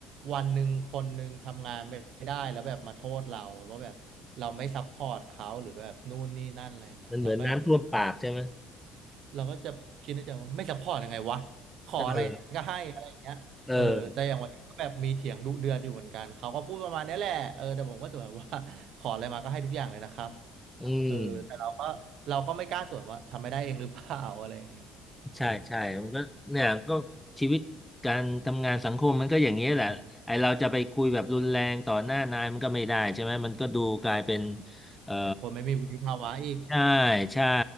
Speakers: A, on the right; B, in the centre.
A: วันหนึ่งคนหนึ่งทำงานไม่ได้แล้วแบบมาโทษเราว่าแบบเราไม่ซัพพอร์ตเขาหรือแบบนู่นนี่นั่นอะไรอย่างเงี้ยเราก็แอบรู้สึก
B: มันเหมือนน้ำท่วมปากใช่ไหม
A: เราก็จะคิดในใจว่าไม่ซัพพอร์ตยังไงวะขออะไรก็ให้อะไรอย่างเงี้ยเออแต่อย่างวันนี้ก็แบบมีเถียงดุเดือดอยู่เหมือนกันเขาก็พูดประมาณนี้แหละเออแต่ผมก็สวนว่า
B: เออเออ
A: <laughs> ขออะไรมาก็ให้ทุกอย่างเลยนะครับ
B: อืม
A: เออแต่เราก็เราก็ไม่กล้าสวนว่าทำไม่ได้เองหรือเปล่าอะไรอย่างเงี้ยเออใช่ไหม
B: ใช่ใช่มันก็เนี่ยก็ชีวิตการทำงานสังคมมันก็อย่างนี้ยแหละไอเราจะไปคุยแบบรุนแรงต่อหน้านายมันก็ไม่ได้ใช่ไหมมันก็ดูกลายเป็นเอ่อ
A: คนไม่มีวุฒิภาวะอีก
B: ใช่ใช่